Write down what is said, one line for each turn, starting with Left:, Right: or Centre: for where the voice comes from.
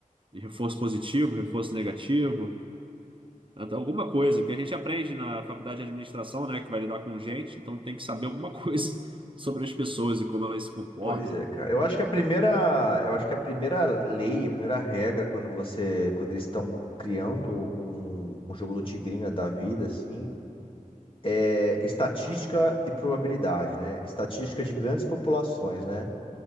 Right: de reforço positivo, reforço negativo, até alguma coisa que a gente aprende na faculdade de administração, né, que vai lidar com gente, então tem que saber alguma coisa <laughs> sobre as pessoas e como elas se comportam,
Left: Pois é,
Right: né,
Left: cara. Eu acho
Right: etc.
Left: que a primeira, eu acho que a primeira lei, a primeira regra quando você, quando eles estão criando um, um jogo do tigrinho da vida, assim, é estatística e probabilidade, né? Estatística de grandes populações, né?